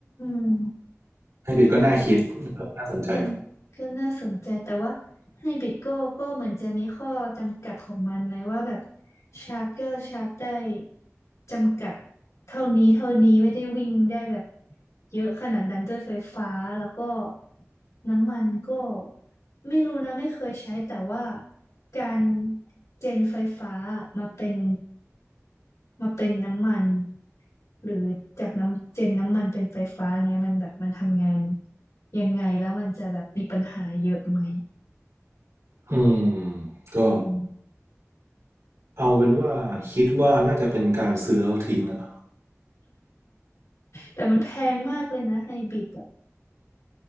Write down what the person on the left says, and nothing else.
ม
นั่น
ก็ก็น่าสนใจแต่ว่าให้บริดโก้ก็เหมือนจะมีข้อจำกัดของมันนะว่าแบบชาร์จก็ชาร์จได้จำกัดเท่านี้เท่านี้ไม่ได้วิ่งได้แบบเยอะขนาดนั้นด้วยไฟฟ้าแล้วก็น้ำมันก็ไม่รู้นะไม่เคยใช้แต่ว่าการเจนไฟฟ้ามาเป็นมาเป็นน้ำมัน หรือจากน้ำเจนน้ำมันเป็นไฟฟ้าเงี้ยมันแบบมันทำงานยังไงแล้วมันจะแบบมีปัญหาเยอะไหม
อืม
แต่มันแพงมากเลยนะไฮบริดอ่ะ